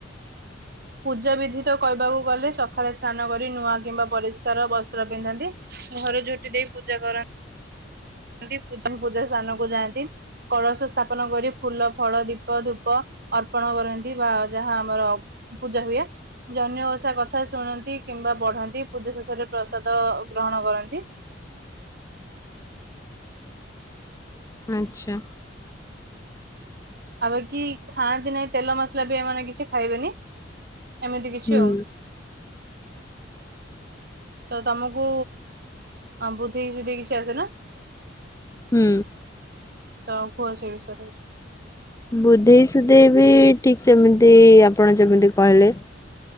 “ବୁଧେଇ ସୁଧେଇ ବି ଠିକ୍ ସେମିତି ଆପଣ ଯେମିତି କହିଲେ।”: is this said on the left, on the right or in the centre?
Left